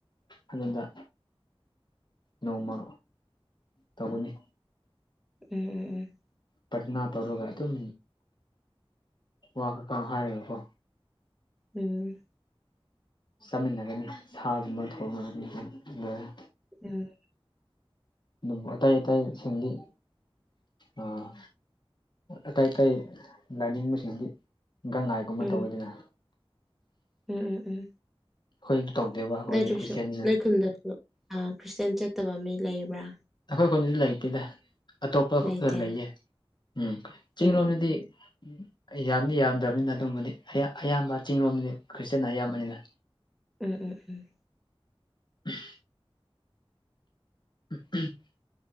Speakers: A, on the left; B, in the centre.
A: ꯑꯗꯨꯗ ꯅꯣꯡꯃ ꯇꯧꯒꯅꯤ
B: ꯎꯝ ꯎꯝ ꯎꯝ
A: ꯄ꯭ꯔꯥꯊꯅꯥ ꯇꯧꯔꯒ ꯑꯗꯨꯝ ꯋꯥ ꯈꯥꯀꯥ ꯍꯥꯏꯔꯒꯀꯣ
B: ꯎꯝ
A: ꯆꯥꯃꯤꯟꯅꯒꯅꯤ ꯁꯥꯒꯨꯝꯕ ꯊꯣꯡꯉꯒꯅꯤ ꯑꯗꯨꯝ ꯂꯣꯏꯔꯦ
B: ꯎꯝ
A: ꯑꯗꯨꯝ ꯑꯇꯩ ꯑꯇꯩꯁꯤꯡꯗꯤ ꯑꯥ ꯑꯇꯩ ꯑꯇꯩ ꯂꯥꯏꯅꯤꯡꯕꯁꯤꯡꯗꯤ ꯒꯪꯉꯥꯏꯒꯨꯝꯕ
B: ꯎꯝ
A: ꯇꯧꯋꯤꯗꯅ
B: ꯎꯝ ꯎꯝ ꯎꯝ
A: ꯑꯩꯈꯣꯏꯗꯤ ꯇꯧꯗꯦꯕ ꯑꯩꯈꯣꯏꯗꯤ
B: ꯅꯠꯇ꯭ꯔꯁꯨ
A: ꯈ꯭ꯔꯤꯁꯇꯤꯌꯥꯅꯤꯅ
B: ꯅꯣꯢ ꯈꯨꯨꯟꯗꯁꯨ ꯈ꯭ꯔꯤꯁꯇꯦꯟ ꯆꯠꯇꯕ ꯃꯤ ꯂꯩꯕ꯭ꯔꯥ
A: ꯑꯩꯈꯣꯏ ꯈꯨꯟꯗꯤ ꯂꯩꯇꯦꯗ ꯑꯇꯣꯞꯄ ꯈꯨꯟꯗ
B: ꯂꯩꯇꯦ
A: ꯂꯩꯌꯦ ꯎꯝ ꯆꯤꯡ
B: ꯎꯝ
A: ꯂꯣꯝꯗꯗꯤ
B: ꯎꯝ
A: ꯑꯩ ꯌꯥꯝꯗꯤ ꯌꯥꯝꯗ꯭ꯔꯕꯅꯤꯅ ꯑꯗꯨꯕꯨꯗꯤ ꯑꯌꯥꯝꯕ ꯆꯤꯡꯡꯂꯣꯝꯗꯗꯤ ꯈ꯭ꯔꯤꯁꯇꯦꯟꯅ ꯑꯌꯥꯝꯕꯅꯤꯅ
B: ꯎꯝ ꯎꯝ ꯎꯝ
A: ꯑꯝ ꯎ ꯎꯝ <inaudible>